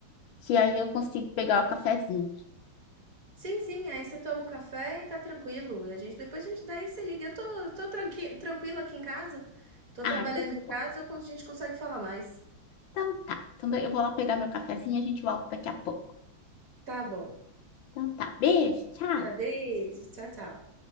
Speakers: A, on the left; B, on the right.
A: que aí eu consigo pegar o cafezinho.
B: Sim, sim, aí você toma o café e tá tranquilo. E a gente depois a gente daí você liga. Eu tô tô tranqui tranquila aqui em casa, tô
A: Ah,
B: trabalhando
A: então tá
B: de
A: bom.
B: casa, eu con a gente consegue falar mais.
A: Então tá. Então eu vou lá pegar meu cafezinho e a gente volta daqui a pouco.
B: Tá bom.
A: Então tá. Beijo, tchau.
B: Tá, beijo, tchau, tchau.